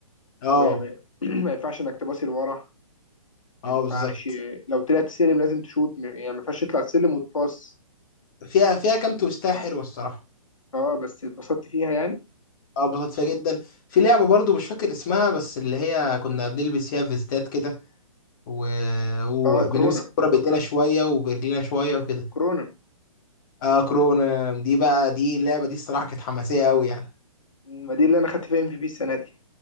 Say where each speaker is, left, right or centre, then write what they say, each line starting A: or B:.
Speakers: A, on the left (about 35°); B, on the left (about 65°).
A: اه
B: وما <clears throat> ما ينفعش انك تباصي لورا
A: اه
B: ما ينفعش
A: بالظبط
B: لو طلعت سلم لازم تشوت م- يعني ما ينفعش تطلع السلم وتباص
A: فيها فيها كام تويستاية حلوه الصراحه
B: اه بس اتبسطت فيها يعني
A: اه اتبسطت فيها جدا في لعبه برضو مش فاكر اسمها بس اللي هي كنا بنلبس فيها فيستات كده و... وبنمسك
B: اه كورونا
A: الكوره بايدينا شويه وبرجلينا شويه وكده
B: كورونا
A: اه كورونا دي بقى دي اللعبه دي الصراحه كانت حماسيه قوي يعني
B: ما دي اللي انا خدت فيها ام في بي السنه دي